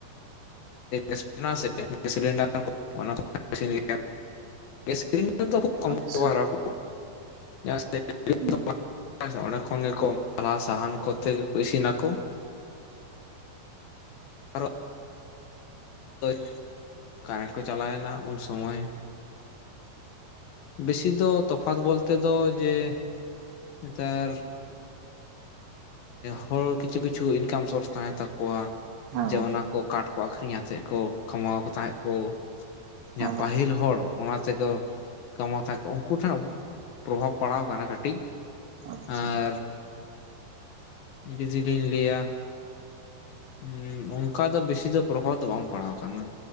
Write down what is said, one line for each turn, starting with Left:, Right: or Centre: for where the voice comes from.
Left: ᱥᱮ ᱥᱤᱞᱤᱱᱰᱟᱨ ᱠᱚ ᱚᱱᱟ <unintelligible> ᱜᱮᱥ ᱥᱤᱞᱤᱱᱰᱟᱨ ᱫᱚ ᱠᱷᱩᱵ ᱠᱚᱢ
Right: ᱟᱪᱪᱷᱟ
Left: ᱠᱚ ᱵᱮᱵᱚᱦᱟᱨ ᱟᱠᱚ᱾ ᱪᱮᱫᱟᱜ
Right: ᱦᱮᱸ
Left: ᱥᱮ ᱚᱸᱰᱮ ᱠᱷᱚᱱ ᱜᱮᱠᱚ ᱯᱟᱞᱦᱟ ᱥᱟᱦᱟᱱ ᱠᱚᱛᱮ ᱜᱮᱠᱩ ᱤᱥᱤᱱᱟᱠᱩ᱾ ᱟᱨᱚ ᱦᱳᱭ, ᱠᱟᱨᱮᱱᱴ ᱠᱚ ᱪᱟᱞᱟᱭᱮᱱᱟ ᱩᱱ ᱥᱚᱢᱚᱭ᱾ ᱵᱮᱥᱤ ᱫᱚ ᱛᱚᱯᱷᱟᱛ ᱵᱚᱞᱛᱮ ᱫᱚ ᱡᱮ ᱱᱮᱛᱟᱨ ᱦᱚᱲ ᱠᱤᱪᱷᱩ ᱠᱤᱪᱷᱩ ᱤᱱᱠᱟᱢ ᱥᱳᱨᱥ ᱛᱟᱦᱮᱸ ᱛᱟᱠᱚᱣᱟ
Right: ᱦᱮᱸ
Left: ᱡᱮ
Right: ᱜᱚᱝ
Left: ᱚᱱᱟ ᱠᱚ ᱠᱟᱴ ᱠᱚ ᱟᱠᱷᱨᱤᱧᱟ ᱥᱮᱜ ᱠᱚ ᱠᱟᱢᱟᱣ ᱠᱚ ᱛᱟᱦᱮᱸᱫ ᱠᱚ
Right: ᱦᱮᱸ
Left: ᱡᱟᱦᱟᱸ
Right: ᱜᱚᱝ
Left: ᱯᱟᱹᱦᱤᱞ ᱦᱚᱲ ᱚᱱᱟ ᱛᱮ ᱠᱚᱼᱼ ᱠᱟᱢᱟᱣ ᱛᱟᱦᱮᱸ ᱠᱚ ᱩᱱᱠᱩ ᱴᱷᱮᱱ ᱯᱨᱚᱵᱷᱟᱵᱽ ᱯᱟᱲᱟᱣ ᱠᱟᱱᱟ ᱠᱟᱹᱴᱤᱡ
Right: ᱟᱪᱪᱷᱟ
Left: ᱟᱨᱼᱼ ᱡᱚᱫᱤ ᱞᱤᱧ ᱞᱟᱹᱭᱟ ᱦᱩᱸ ᱚᱱᱠᱟ ᱫᱚ ᱵᱮᱥᱤ ᱫᱚ ᱯᱨᱚᱵᱷᱟᱵᱽ ᱫᱚ ᱵᱟᱝ ᱯᱟᱲᱟᱣ ᱠᱟᱱᱟ